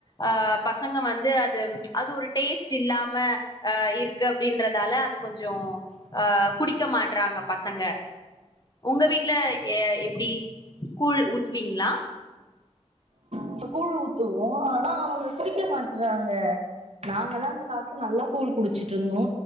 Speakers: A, on the left (about 35°); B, on the right (about 60°).
A: ஆ பசங்க வந்து அது அது ஒரு டேஸ்ட் இல்லாம ஆ இருக்கு அப்டின்றதால அது கொஞ்சோ ஆ குடிக்க மாட்றாங்க பசங்க உங்க வீட்ல எ எப்டி கூழ் ஊத்துவீங்களா
B: இப்ப கூழ் ஊத்துவோ ஆனா அவங்க குடிக்க மாட்டறாங்க நாங்கல்லா அந்த காலத்துல நல்லா கூழ் குடிச்சிட்டிருந்தோ